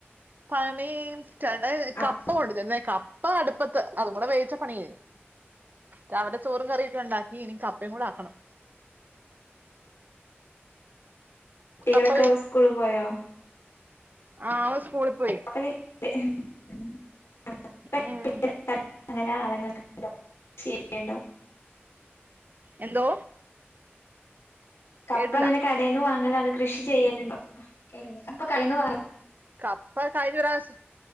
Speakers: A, on the right (about 45°); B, on the left (about 85°).
A: പണി ചേട്ടായി
B: ആ
A: കപ്പ കൊണ്ടു തന്നെ കപ്പ് കപ്പ അടുപ്പത്ത് അതും കൂടെ വേവിച്ചാ പണി കഴിയും രാവിലെ ചോറും കറിയൊക്കെ ഒണ്ടാക്കി ഇനി കപ്പേം കൂടെ ആക്കണം
B: കുട്ടികളൊക്കെ
A: കപ്പ
B: സ്കൂള് പോയോ?
A: ആഹ് ഓള് സ്കൂളിൽ പോയി.
B: <inaudible>
A: ഉം
B: <inaudible>
A: എന്തോ?
B: കപ്പ
A: കേട്ടില്ല
B: അങ്ങനെ കടേന്ന് വാങ്ങലാണോ കൃഷി ചെയ്യലുണ്ടോ. <unintelligible>
A: കപ്പ കഴിഞ്ഞ പ്രാവശ്യം.